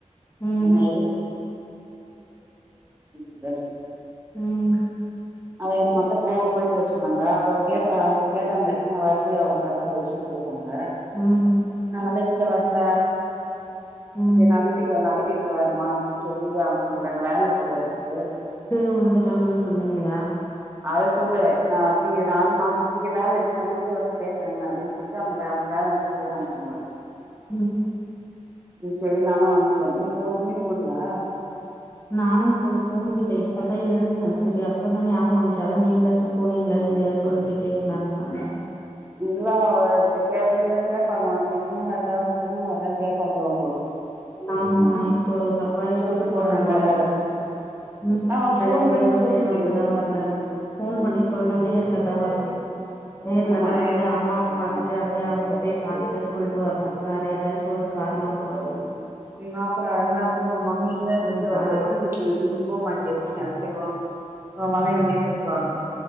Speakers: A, on the left; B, on the right.
A: ம்
B: என்ன எ <unintelligible> <unintelligible>
A: ம்
B: அவ எங்க மட்டு போ போயிட்டு வச்சிருந்தாங்க அப்ப அவ கேட்டா அவுங்க கேட்டாங்க இன்னு வரலயா அவுங்க சொல்ட்டு போய்ருக்காங்க
A: ம்
B: நாளைக்கு இல்ல வர்ல
A: ம்
B: சரி நா வீட்டுக்கு வரே வீட்டுக்கு வரேமா சொல்லி அவ்ங்க கொஞ்ச அங்க வேல இருக்குது அவுங்ளுக்கு
A: கீழ விழுந்தாட்டாங்கன்னு சொன்னீங்க
B: அத சொல்லு நா வி நானு அவங்க நீங்க வேலைச்சு நா வீட்டுக்கே வந்து பேசுறே அப்டினு சொல்லி ங்க அவுங்க வேலைய முச்சுட்டு போய்டாங்க அவுங்க
A: ம்
B: ம் சேரி நானு வந்துட்டே நீ போக இன்னிக்கு போலயா
A: நானு போல தூங்கிட்டே இப்பதா எழுந்தே சரி அப்ரோ தா ஞாபகோ வந்துச்சு அதா நீங்களாச்சு போனீங்களா இல்லையா சொல்லிட்டு கேக்கலானு பண்ணே
B: இல்ல அவ இப்டி கேப்பே கேப்பாங்க வண்ட்டு நீயு வரல ஒ பொண்ணு வரல கேபாங்கோ அவ்ங்கோ
A: ஆமா இப்போ தப்பா எடுத்துட்
B: சொல்ட்டு
A: போறாங்க
B: போனேன்ல
A: அவுங்க
B: அப்டின்னு
A: ம்
B: நா அவளுக்கு
A: ரெண்டு
B: ஃபோன்
A: பேரு
B: பண்ணி சொல்லிடு
A: வேணுண்டு தா வரலன்டு போன் பண்ணி சொல்ணு நேர்ல தா வர்ணு நேர்லதா
B: ஆமா
A: வந்து
B: எ
A: அம்மாவ பாத்துட்டு அப்டியே அவ்ங்கல போய் பாத்துட்டு சொல்ட்டு வர்ணு வேற ஏதாச்சு ஒரு காரனோ சொல்ணு
B: ம் அப்ரோ எல்லா அப்ரோ ஒங்க மம்மியா
A: இருந்தா
B: திட்டு வாங்க வச்சிட்டு <unintelligible> நீ போக மாட்யாடி <unintelligible>
A: ஆமா
B: ஆ மாம்மி வந்து என்ன திட்டு வாங்கோ